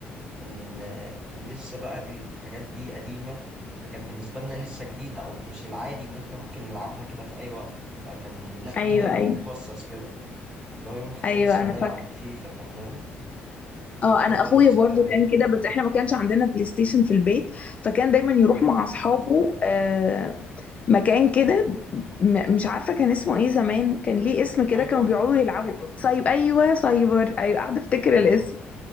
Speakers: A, on the right; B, on the left.
A: كان كان لسه بقى الحاجات دي قديمة فكان بالنسبة لنا لسه جديدة أو مش العادي إن إحنا ممكن نلعبها كده في أي وقت فكان لا
B: ايوه
A: ليها يوم
B: ايوه
A: مخصص كده اللي هو يوم الخميس
B: ايوه
A: هنلعب
B: انا فاكره
A: فيفا فاهماني
B: اه
A: برضو
B: انا اخويا
A: نفس
B: برضو
A: الكلام
B: كان كده بس احنا ما كانش عندنا بلاي ستيشن في البيت فكان دايما يروح
A: مم.
B: مع اصحابه آه، مكان كده م- مش عارفه كان اسمه ايه زمان كان ليه اسم كده
A: سايبر
B: كانوا بيقعدوا يلعبوا سايب ايوه سايبر ايوه قاعده افتكر
A: أيوه
B: الاسم